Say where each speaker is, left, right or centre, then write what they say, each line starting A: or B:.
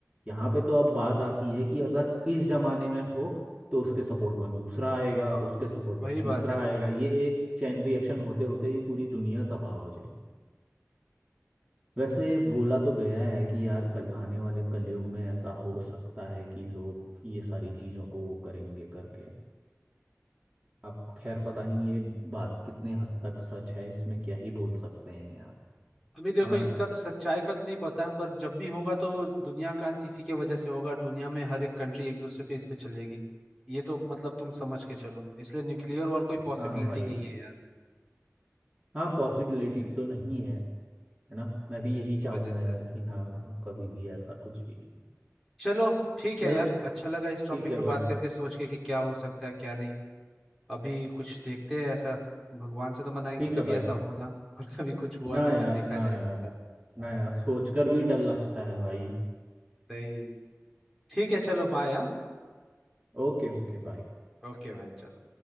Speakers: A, on the right; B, in the centre.
A: यहाँ पे तो अब बात आती है कि अगर इस जमाने में हो तो उसके सपोर्ट में दूसरा आएगा उसके सपोर्ट
B: वही
A: में तीसरा
B: बात है
A: आएगा ये एक चैन रिएक्शन होते होते ये पूरी दुनिया तबाह हो जाएगी वैसे बोला तो गया है कि यार कल आने वाले कलयुग में ऐसा हो सकता है कि लोग ये सारी चीज़ों को वो करेंगे करके अब खैर पता नहीं ये बात कितने हद तक सच है इसमें क्या ही बोल सकते हैं यार
B: अभी देखो
A: है ना
B: इसका तो सच्चाई का तो नहीं पता पर जब भी होगा तो दुनिया का अंत इसी के वजह से होगा और दुनिया में हर एक कंट्री एक दूसरे पे इस पे चलेगी ये तो मतलब तुम समझ के चलो इसलिए न्यूक्लियर वॉर कोई पॉसिबिलिटी
A: हाँ भाई
B: नहीं है यार
A: हाँ पॉसिबिलिटी तो नहीं है है ना मैं भी यही
B: की
A: चाहूंगा
B: वजह
A: यार
B: से
A: कि ना हो कभी भी ऐसा कुछ भी
B: चलो ठीक
A: चलो
B: है यार अच्छा लगा इस टॉपिक
A: ठीक है
B: पे
A: भाई
B: बात करके सोच के कि क्या हो सकता है क्या नहीं अभी कुछ देखते हैं ऐसा भगवान से तो मनाएंगे
A: ठीक
B: कि
A: है
B: कभी
A: भाई
B: ऐसा हो ना और कभी कुछ हुआ
A: ना
B: तो
A: यार
B: फिर देखा
A: ना
B: जाएगा
A: यार
B: यार
A: ना यार सोचकर भी डर लगता है भाई
B: सही है। ठीक है चलो बाय हाँ
A: Okay okay bye
B: ओके भाई चलो